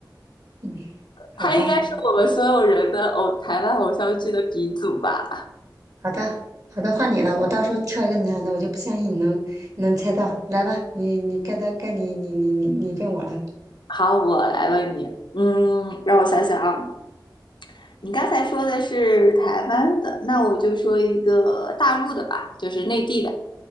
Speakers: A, on the right (about 45°); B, on the left (about 85°).
A: 嗯，好吧，
B: 他应该是我们所有人的偶台湾偶像剧的鼻祖吧。
A: 好的，好的，换你了。我到时候挑一个男的，我就不相信你能你能猜到。来吧，你你该到该你你你你你问我了。
B: 好，我来问你，嗯，让我想想啊，你刚才说的是台湾的，那我就说一个大陆的吧，就是内地的，